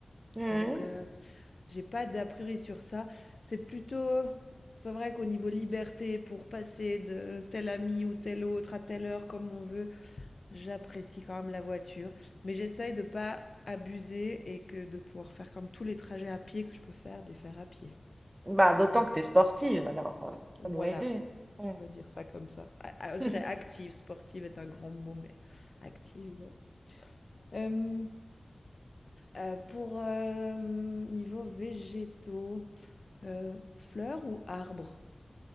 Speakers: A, on the right (about 25°); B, on the left (about 60°).
A: Hmm,
B: donc
A: hmm.
B: heu, j'ai pas d'a priori sur ça. C'est plutôt c'est vrai qu'au niveau liberté pour passer de tel ami ou tel autre à telle heure comme on veut, J'apprécie quand même la voiture, mais j'essaye de ne pas abuser et que de pouvoir faire comme tous les trajets à pied que je peux faire, de les faire à pied.
A: Bah, d'autant
B: Voilà,
A: que t'es sportive, alors euh,
B: voilà,
A: ça doit aider. Hmm.
B: on va dire ça comme ça. A- a- je
A: <laughs>
B: dirais active, sportive est un grand mot, mais active. ouais. Euh, euh, pour euh, niveau végétaux, euh, fleurs ou arbres?